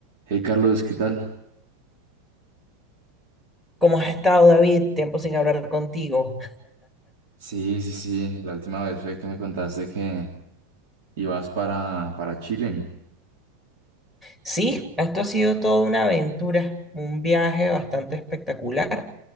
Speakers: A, on the right; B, in the centre.
A: Hey Carlos, ¿qué tal?
B: ¿Cómo has estado, David? Tiempo sin hablar contigo.
A: Sí, sí, sí, la última vez fue que me contaste que ibas para, para Chile.
B: Sí, esto ha sido toda una aventura, un viaje bastante espectacular.